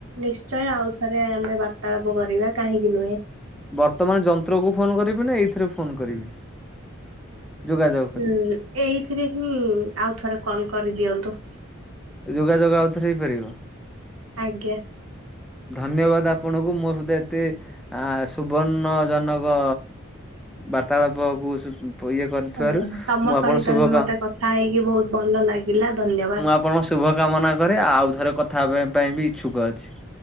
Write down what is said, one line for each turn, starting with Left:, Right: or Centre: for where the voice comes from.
Right: ନିଶ୍ଚୟ ଆଉ ଥରେ ଆମେ ବାର୍ତ୍ତାଳାପ କରିବା। କାହିଁକି ନୁହେଁ
Centre: ବର୍ତ୍ତମାନ ଯନ୍ତ୍ରକୁ ଫୋନ କରିବି ନା ଏଇଥିରେ ଫୋନ କରିବି? ଯୋଗାଯୋଗ କରିବି?
Right: ହୁଁ ଏଇଥିରେ ହିଁ ଆଉ ଥରେ କଲ କରିଦିଅନ୍ତୁ।
Centre: ଯୋଗାଯୋଗ ଆଉଥରେ ହେଇପାରିବ।
Right: ଆଜ୍ଞା।
Centre: ଧନ୍ୟବାଦ ଆ ଆପଣଙ୍କୁ ମୋ ସତ ଏତେ ସୁବର୍ଣ୍ଣଜନକ ବାର୍ତ୍ତାଳାପ ବହୁ ଇଏ କରିଥିବାରୁ
Right: ହଁ। ତମ
Centre: ମୁଁ ଆପଣ
Right: ସହିତ
Centre: ଶୁଭ
Right: ବି
Centre: କାମ
Right: ମତେ କଥା ହେଇକି ବହୁତ ଭଲ ଲାଗିଲା ଧନ୍ୟବାଦ।
Centre: ମୁଁ ଆପଣ ସୁ ଶୁଭ କାମନା କରେ ଆଉ ଥରେ କଥା ହେବା ପାଇଁ ବି ଇଚ୍ଛୁକ ଅଛି।